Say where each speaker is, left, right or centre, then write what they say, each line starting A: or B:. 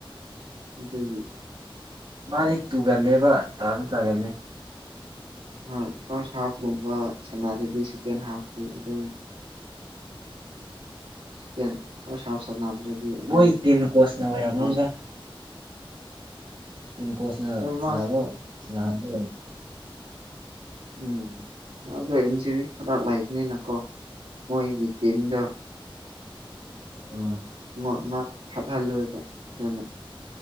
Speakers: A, on the right (about 80°); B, on the right (about 55°).
A: ꯑꯗꯨꯒꯤ
B: ꯃꯥꯗꯤ ꯇꯨꯒꯜꯂꯦꯕ ꯇꯥꯁꯨ ꯇꯥꯒꯜꯂꯤ
A: ꯍꯣꯏ ꯐꯥꯔꯁ ꯍꯥꯐꯀꯨꯝꯕ ꯁꯥꯟꯅꯔꯗꯤ ꯁꯦꯀꯦꯟ ꯍꯥꯐꯇꯤ ꯑꯗꯨꯝ ꯆ ꯐ ꯑꯗꯨꯗꯤ ꯑꯗꯨꯝ
B: ꯃꯣꯏ ꯇꯤꯝ ꯀꯣꯆꯅ ꯑꯣꯏꯔꯝꯃꯅꯤꯗ
A: ꯍꯥ
B: ꯇꯝꯀꯣꯁꯅ ꯁꯅꯥ
A: ꯃꯥꯁꯨ
B: ꯂꯣ ꯁꯅꯍꯟꯗ
A: ꯎꯝ ꯃꯥꯗꯣ ꯏꯟꯖꯨꯔꯤ ꯈꯔ ꯂꯩꯕꯅꯤꯅꯀꯣ ꯃꯣꯏꯒꯤ ꯇꯝꯗ
B: ꯎꯝ
A: ꯃꯥꯅ ꯐꯠꯍꯜꯂꯣꯏꯕ ꯑꯗꯨꯅ